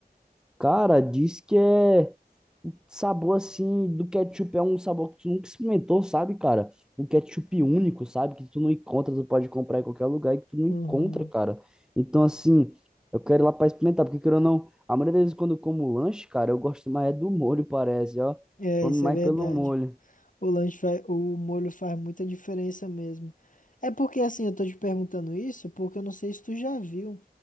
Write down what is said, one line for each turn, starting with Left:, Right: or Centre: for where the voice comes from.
Centre: Cara, diz que é o sabor assim do ketchup é um sabor que tu nunca experimentou, sabe, cara? Um ketchup único, sabe? Que tu não encontra, tu pode comprar em qualquer lugar e que tu não
Left: Uhum.
Centre: encontra, cara. Então, assim, eu quero ir lá pra experimentar, porque querendo ou não, a maioria das vezes quando eu como lanche, cara, eu gosto mais é do molho, parece, ó.
Left: É,
Centre: Come
Left: isso
Centre: mais
Left: é verdade.
Centre: pelo molho.
Left: O lanche faz, o molho faz muita diferença mesmo. É porque assim, eu tô te perguntando isso porque eu não sei se tu já viu,